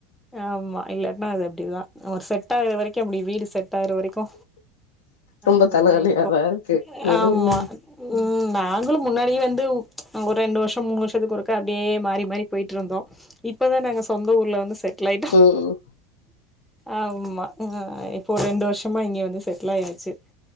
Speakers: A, in the centre; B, on the left.
A: ஆமா இல்லாட்னா அது அப்டிதா ஒரு செட் ஆகுற வரைக்கு அப்டி வீடு செட் ஆகுற வரைக்கு
B: ரொம்ப
A: அதெல்லா
B: தலவலியாதா
A: இருக்கு
B: ம்
A: ஆமா ம் நாங்களு முன்னாடியே வந்து ஒரு ரெண்டு வருஷோ மூணு வருஷத்துக்கு ஒருக்கா அப்டியே மாறி மாறி போயிட்ருந்தோ இப்பன் நாங்க சொந்த ஊர்ல வந்து செ ட்லாயிட்டோ
B: ம்
A: ஆமா அ இப்போ ரெண்டு வருஷமா இங்க வந்து செட்டுல் ஆயாச்சு